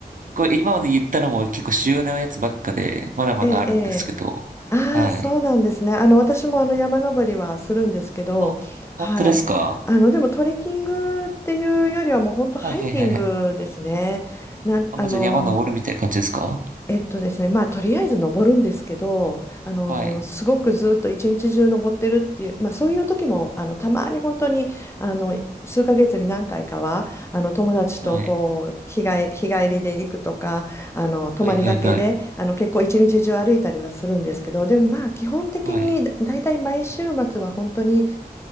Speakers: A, on the right; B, on the left.
A: これ、今まで言ったのも結構主要なやつばっかで、まだまだあるんですけど、
B: ええ、ええ、ああ、
A: はい。
B: そうなんですね。あの、私もあの山登りはするんですけど、
A: あ、本当ですか
B: はい。あの、でもトレッキングっていうよりはもう本当ハイキングですね。
A: はいはいはいはい。
B: なん、
A: あ、
B: あの、
A: もうじゃあ山登るみたいな感じですか
B: えっとですね、まあ、とりあえず登るんですけど、あのーすごくずっと一日中登ってるっていう、
A: はい。
B: まあ、そういう時もあのたまに本当にあの数ヶ月に何回かはあの友達とこう日帰、
A: はい。
B: 日帰りで行くとかあの泊まりがけであの結構一日中歩いたりはするんですけどでもまあ基本的にだいたい毎週末は本当に
A: はいはいはい。はい。